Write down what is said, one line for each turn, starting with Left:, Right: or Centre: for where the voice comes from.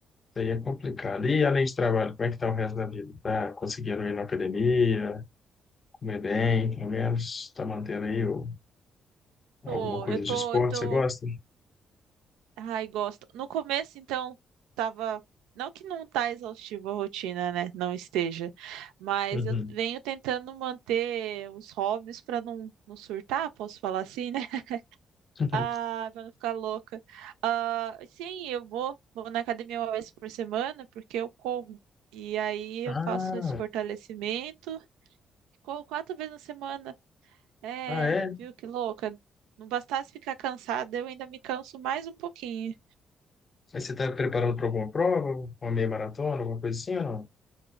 Left: aí é complicado. E além de trabalho, como é que tá o resto da vida? Tá conseguindo ir na academia, comer bem, pelo menos? Tá mantendo aí o- alguma
Right: Tô,
Left: coisa
Right: eu tô,
Left: de esporte?
Right: eu tô
Left: Você gosta?
Right: Ai, gosto. No começo, então, tava. Não que não tá exaustiva a rotina, né? Não esteja. Mas
Left: Uhum.
Right: eu venho tentando manter os hobbies para não, não surtar, posso falar assim, né? <laughs>
Left: <laughs>
Right: Ah, para não ficar louca. Ah, sim, eu vou, vou na academia uma vez por semana, porque eu corro. E aí eu
Left: Ah,
Right: faço esse fortalecimento. Corro quatro vezes na semana. É,
Left: ah, é?
Right: viu que louca? Não bastasse ficar cansada, eu ainda me canso mais um pouquinho.
Left: Mas você tá preparando para alguma prova? Uma meia maratona, alguma coisa assim ou não?